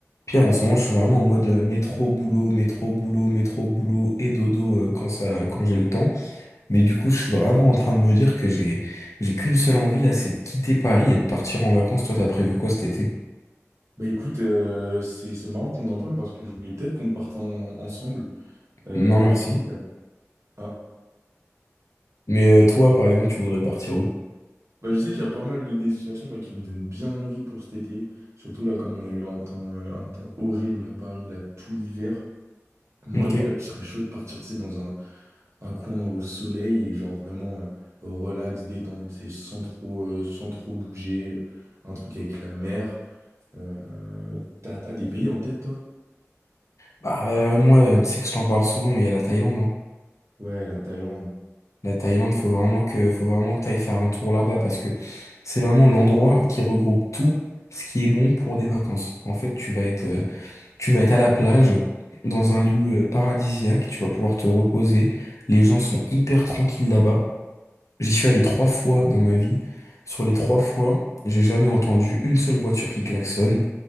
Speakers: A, on the left (about 70°); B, on the right (about 60°).
A: Pierre, en ce moment, je suis vraiment en mode euh, métro, boulot, métro, boulot, métro, boulot et dodo euh, quand ça, quand j'ai le temps. Mais du coup, je suis vraiment en train de me dire que j'ai, j'ai qu'une seule envie là, c'est de quitter Paris et de partir en vacances. Toi, t'as prévu quoi cet été?
B: Bah écoute, euh, c'est c'est marrant qu'on en parle parce que je voulais peut-être qu'on parte en- ensemble. Euh,
A: Non, merci.
B: je sais qu'il y a- ah,
A: Mais euh, toi, par exemple, tu voudrais partir où?
B: bah je sais qu'il y a pas mal de destinations moi, qui me donnent bien envie pour cet été. Surtout là, comme on a eu un temps, euh, un temps horrible à Paris, là, tout l'hiver. Moi,
A: Ok.
B: déjà, je serais chaud de partir, tu sais, dans un, un coin au soleil et genre vraiment euh, relax, détente, tu sais, sans trop, euh, sans trop bouger. Un truc avec la mer. Euh, t'as, t'as des pays en tête, toi?
A: Bah, euh, moi, euh, tu sais que je t'en parle souvent, mais il y a la Thaïlande. hein.
B: Ouais, la Thaïlande.
A: La Thaïlande, faut vraiment que, faut vraiment que t'ailles faire un tour là-bas parce que c'est vraiment l'endroit qui regroupe tout ce qui est bon pour des vacances. En fait, tu vas être, euh, Tu vas être à la plage, dans
B: Mm.
A: un lieu euh, paradisiaque, tu vas pouvoir te reposer. Les gens sont hyper tranquilles là-bas. J'y suis allé trois fois dans ma vie. Sur les trois fois, j'ai jamais entendu une seule voiture qui klaxonne.